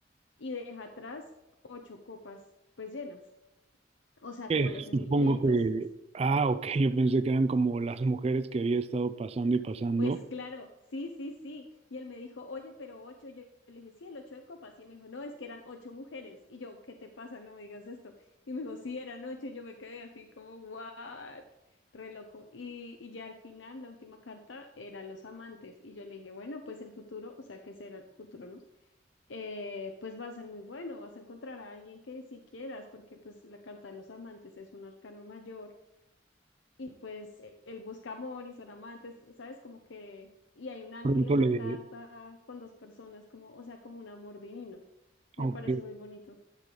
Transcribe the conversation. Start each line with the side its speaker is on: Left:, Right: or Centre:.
Left: y deja atrás ocho copas pues llenas, o sea,
Right: Eh,
Left: como los sentimientos.
Right: Supongo que, ah, ok, yo pensé que eran como las mujeres que había estado pasando y pasando.
Left: Pues claro, sí, sí, sí. Y él me dijo, oye, pero ocho. Y yo le dije, sí, el ocho de copas. Y él me dijo, no, es que eran ocho mujeres. Y yo, ¿qué te pasa? No me digas esto. Y me dijo, sí, eran ocho. Y yo me quedé así como, what? Re loco. Y, y ya al final, la última carta era los amantes. Y yo le dije, bueno, pues el futuro, o sea, ¿qué será el futuro, no? eh, pues va a ser muy bueno, vas a encontrar a alguien que sí quieras, porque pues la carta de los amantes es un arcano mayor y pues eh, él busca amor y son amantes, ¿sabes? Como que, y hay un ángel
Right: Pronto
Left: en
Right: le,
Left: la carta con dos personas, como, o sea, como un amor divino. Me
Right: ok.
Left: parece muy bonito.